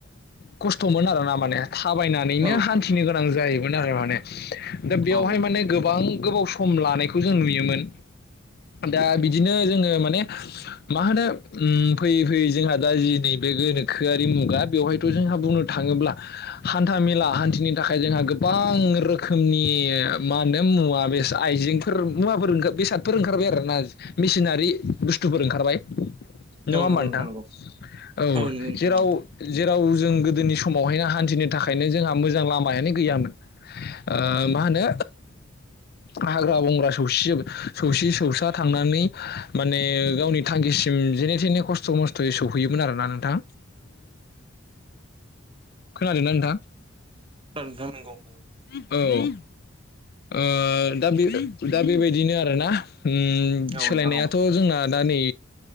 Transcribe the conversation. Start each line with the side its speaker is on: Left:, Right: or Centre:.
Left: खस्थ'मोन आरोना माने थाबायनानैनो
Right: औ
Left: हान्थिनो
Right: नंगौ
Left: गोनां जायो मोन आरो माने। दा बेयावहाय
Right: औ
Left: माने गोबां गोबाव सम लानायखौ जों नुयोमोन। दा बिदिनो जों जोङो माने मा होनो ओम फैयै फैयै जोंहा दा जि नै बे गोनोखोआरि मुगा बेवहायथ' जोंहा बुंनो थाङोब्ला हान्था मेला हान्थिनि थाखाय जोंहा गोबां रोखोमनि मा होनो मुवा बे आइजेंफोर मुवाफोर ओंखार बेसादफोर ओंखारबाय आरोना, मेसिनारि बुस्थुफोर ओंखारबाय। नङा
Right: औ
Left: होमबा
Right: नंगौ
Left: नोंथां?
Right: नंगौ
Left: औ
Right: नंगौ नोंथां
Left: जेराव
Right: नंगौ नोंथां नंगौ
Left: जेराव जों गोदोनि समावहायनो हान्थिनो थाखायनो जोंहा मोजां लामायानो गैयामोन। ओ मा होनो हाग्रा बंग्रा सौसिजुब सौसि सौसा थांनानै माने गावनि थांखिसिम जेने थेने खस्थ' मस्थ'यै सौफैयोमोन आरोना नोंथां।
Right: <unintelligible>
Left: खोनादोंना नोंथां?
Right: औ नोंथां नंगौ नंगौ।
Left: औ ओ दा बेबा दा बेबायदिनो आरोना। ओम
Right: औ
Left: सोलायनायाथ'
Right: नोंथां औ
Left: जोंना दा नै